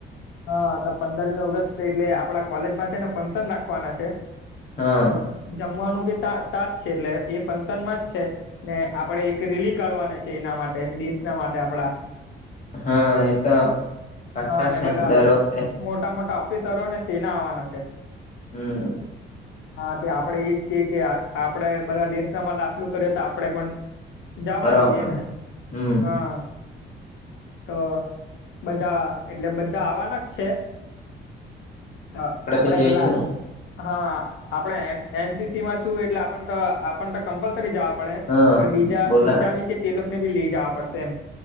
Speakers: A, on the left; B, on the left.
A: હા તો પંદરમી ઓગસ્ટ એટલે આપડા કોલેજમાં છે, ને ફંક્શન રાખવાના છે.
B: હ.
A: જમવાનું બી તા તાજ છે, એટલે એ ફંક્શનમાં જ છે. ને આપડે એક રેલી કાઢવાને છે, એના માટે દેશ ના માટે આપડા
B: હા એ તો કટ્ટા
A: હા અને
B: છે
A: બધા
B: ને દર વખતે-
A: મોટા મોટા ઓફિસરોને સેના આવવાના છે.
B: હમ
A: હા તે આપડે એજ કે કે આપણેે બધા દેશનામાં દાખલું કરે તો આપડે પણ જવા
B: કરવા
A: જોઈએ
B: પડે
A: એમ
B: હમ
A: હા તો બધા એટલે બધા આવવાના જ છે તો આપડે
B: ભી જોઈશું
A: પેલા હા આપડે એનસીસી માં છું એટલે આપણ તો આપણ તો કમ્પલ જવા પડે
B: હા
A: બીજા
B: બોલા
A: બીજા વિશે તે લોકોને બી લઈ જવા પડશે એમ